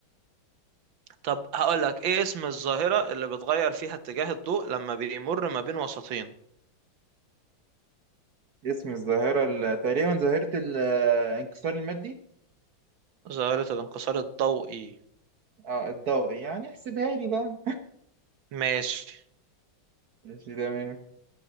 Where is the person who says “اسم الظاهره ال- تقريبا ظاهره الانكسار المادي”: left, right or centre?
Right